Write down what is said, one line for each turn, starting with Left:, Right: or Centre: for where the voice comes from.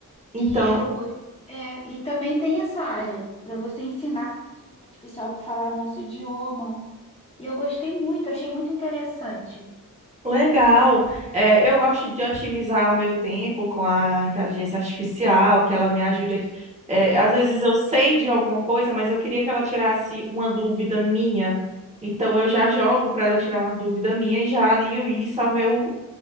Right: Então,
Left: E eu go- é, e também tem essa área para você ensinar a inteligência artificial para falar nosso idioma. E eu gostei muito, achei muito interessante.
Right: Legal. É, eu gosto de otimizar o meu tempo com a inteligência artificial, que ela me ajude a... é, às vezes eu sei de alguma coisa, mas eu queria que ela tirasse uma dúvida minha. Então eu já jogo para ela tirar uma dúvida minha e já alio isso ao meu,